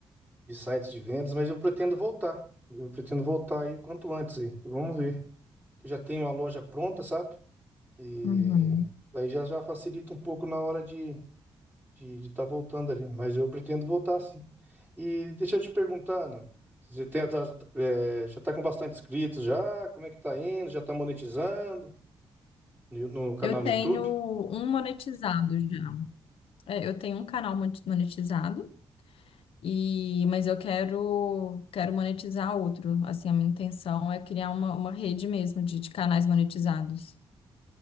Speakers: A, on the right (about 20°); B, on the left (about 80°).
A: de sites de vendas, mas eu pretendo voltar. Eu pretendo voltar aí o quanto antes aí. Vamos ver. Eu já tenho uma loja pronta, sabe? E
B: Uhum.
A: aí já já facilita um pouco na hora de de estar voltando ali, mas eu pretendo voltar sim. E deixa eu te perguntar, Ana, você tem- tá- é, já está com bastante inscritos já? Como é que tá indo? Já está monetizando no, Yu- no canal
B: Eu
A: no
B: tenho
A: YouTube?
B: um monetizado já. É, eu tenho um canal mon- monetizado e mas eu quero quero monetizar outro. Assim, a minha intenção é criar uma, uma rede mesmo de, de canais monetizados.